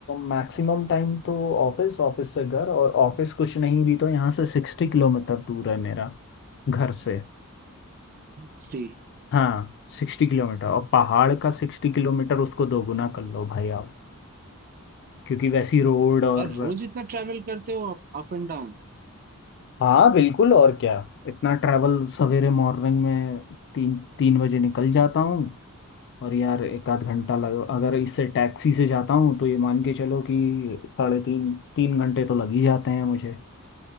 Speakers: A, on the left; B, on the right.
A: मैक्सिमम टाइम तो ऑफिस ऑफिस से घर और ऑफिस कुछ नहीं भी तो यहाँ से सिक्सटी किलोमीटर दूर है मेरा घर से
B: स्टे
A: हाँ सिक्सटी किलोमीटर और पहाड़ का सिक्सटी किलोमीटर उसको दोगुना कर लो भाई आप क्योंकि वैसी रोड और
B: यार रोज इतना ट्रैवल करते हो अप, अप एंड डाउन
A: हाँ बिल्कुल और क्या इतना ट्रैवल सवेरे मॉर्निंग में तीन तीन बजे निकल जाता हूँ और यार एक आध घंटा लग अगर इससे टैक्सी से जाता हूँ तो ये मान के चलो कि साढ़े तीन तीन घंटे तो लग ही जाते हैं मुझे